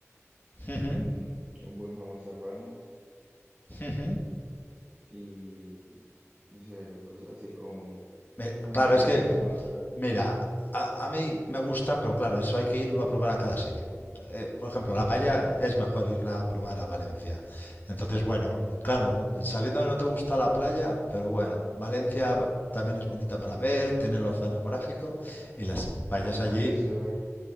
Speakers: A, on the left; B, on the right.
A: Ujú,
B: mm, un buen jamón serrano
A: ujú.
B: y, no sé, cosas así como
A: Me-
B: también
A: Claro,
B: comida
A: es que,
B: de mar,
A: mira, a, a mí me gusta, pero claro, eso hay que irlo a probar a cada sitio. Eh, por ejemplo, la paella
B: ok.
A: es mejor irla a probar a Valencia. Entonces, bueno, claro, sabiendo que no te gusta la playa, pero bueno, Valencia también es bonita para
B: mm.
A: ver, tiene el oceanográfico y las paellas
B: Ah, Valencia
A: allí